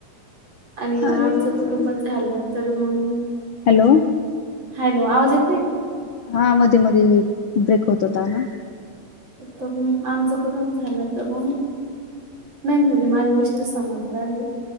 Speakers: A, on the right; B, on the left.
A: आणि मग
B: अरे
A: आमचं
B: यार
A: कुटुंब झालं तर मग
B: हॅलो.
A: हॅलो आवाज येत नाही?
B: हा मध्ये-मध्ये ब्रेक होत होता ना.
A: तर मग आमचं कुटुंब झालं तर मग. मेन म्हणजे माझे मिस्टर समजदारी.